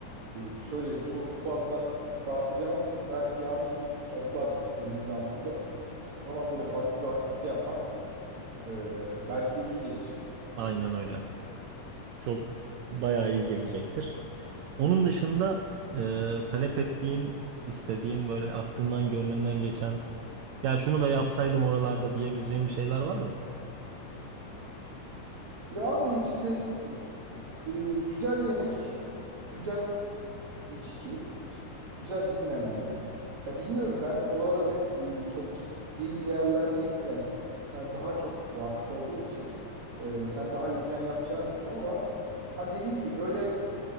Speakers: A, on the right; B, on the right.
A: e, şöyle çok fazla dağıtacağımız için belki yarın bir gün bizi toplar denizin altında falan böyle farklı bir aktivite yapmak e, belki de iyi gelir.
B: Aynen öyle. Çok bayağı iyi gelecektir. Onun dışında e, talep ettiğin, istediğin böyle aklından gönlünden geçen Ya şunu da yapsaydım oralarda diyebileceğim bir şeyler var mı?
A: Ya abi işte e, güzel yemek, güzel içki. Güzel dinlenme. Ya bilmiyorum ben oralara pek e, çok gittiğim bir yerler değil yani. Sen daha çok vakıf olduğun için e, sen daha iyi plan yapacağını düşünüyorum ama ha dediğim gibi böyle